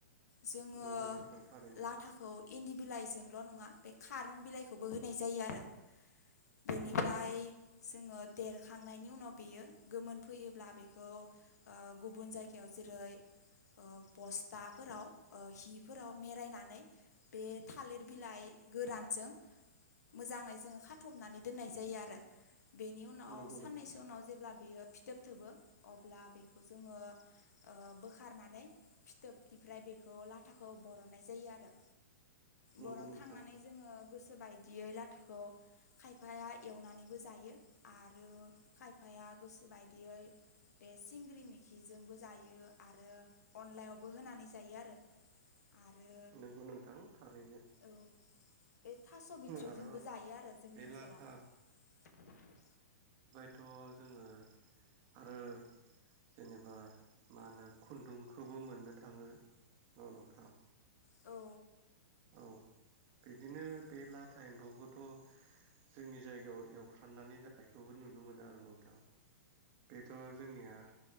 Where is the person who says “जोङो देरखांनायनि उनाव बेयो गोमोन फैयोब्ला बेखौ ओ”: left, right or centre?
Left